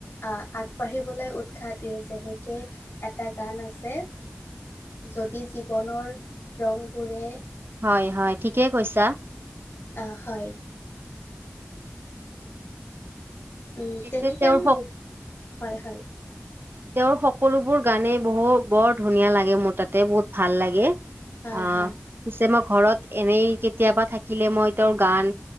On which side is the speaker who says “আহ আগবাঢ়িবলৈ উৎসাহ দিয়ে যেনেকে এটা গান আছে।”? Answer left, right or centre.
Left